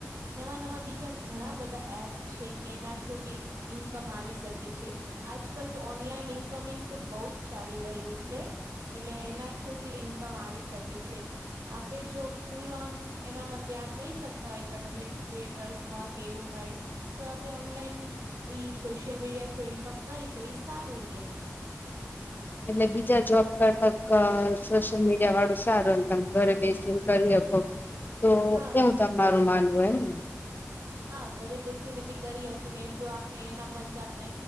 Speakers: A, on the right; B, on the left.
A: નવા નવા બીજા ઘણા બધા એપ છે કે એના થ્રુ બી કમ આવી શકે છે. આજકાલ તો ઓનલાઈન ઇન્કમિંગ તો બઉ જ ચાલી રહ્યું છે. એટલે એના થ્રુ બી ઇન્કમ આવી શકે છે. આપે જો ફૂલ ઓન એનામાં ધ્યાન દઈ સકતા હોય કન્ટેન્ટ ક્રિએટર્સમાં કે એવું તાઈ તો આપે ઓનલાઈન ઈ સોશિયલ મીડિયા થ્રુ ઇન્કમ કરી તો ઈ સારું રે.
B: એટલે બીજા જોબ કરતા અ સોશિયલ મીડિયાવાળું સારું તમ ઘરે બેસીને કરી હકો. તો
A: હા
B: કેમ તમારું માનવું એમ ને
A: હા, ઘરે બેસીને બી કરી હકી નહિ જો આપને એના મ જાપને